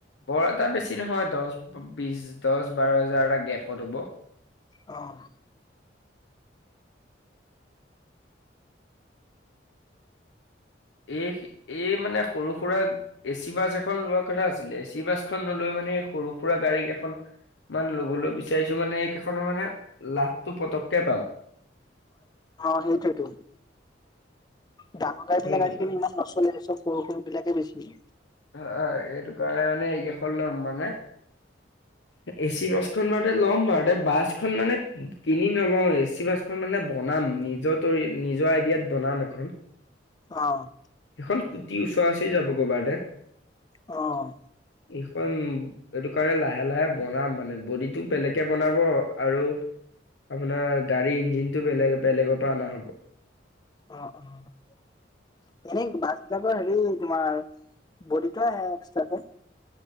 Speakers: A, on the left; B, on the left.
A: বৰ এটা বেছি নহয় দহ বিছ দহ বাৰ হেজাৰটা গেপত হ'ব
B: অ',
A: এই এই মানে সৰু সুৰা এচি বাছ এখন লোৱাৰ কথা আছিলে এচি বাছখন নলৈ মানে মানে সৰু সুৰা গাড়ী কেইখন মান লবলৈ বিচাৰিছো মানে এই কেইখনৰ মানে লাভটো পতককে পাম
B: অ', সেইটোৱেইতো ডাঙৰ গাড়ী বিলাক
A: সেইটো
B: আজিকালি
A: কাৰণে
B: ইমান নচলে চব সৰু সৰু বিলাকে বেছি
A: অ', হয় এইটো কাৰণে মানে এই কেখন লম মানে এচি বাছখন কে ল'ম বাছখন মানে কিনি নলওঁ এ চি বাছখন মানে বনাম নিজৰ ত নিজৰ আই ইয়াত বনাম এখন
B: অ',
A: সেইখন কোটিৰ ওচৰাওচৰি যাবগৈ বাৰডাৰ
B: অ',
A: এইখন এইটো কাৰণে লাহে লাহে বনাম মানে বডিটো বেলেগে বনাব আৰু আপোনাৰ গাড়ীৰ ইঞ্জিনটো বেলেগ বেলেগৰ পৰা অনা হ'ব
B: অ', অ', এনেই বাছবিলাকৰ হেৰি তোমাৰ বডিটো আহে এক্সট্ৰাকে